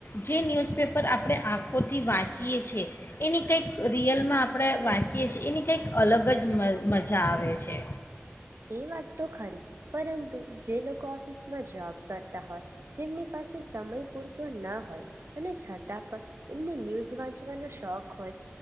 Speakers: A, on the left; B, on the right.
A: જે ન્યૂઝપેપર આપણે આંખોથી વાંચીએ છીએ એ એની કંઈક રિયલમાં આપ આપણે વાંચીએ છીએ એની કંઈક અલગ જ મ મજા આવે છે.
B: એ વાત તો ખરી પરંતુ જે લોકો ઓફિસમાં જોબ કરતા હોય જેમની પાસે સમય પૂરતો ન હોય અને છતાં પણ એમને ન્યૂઝ વાંચવાનો શોખ હોય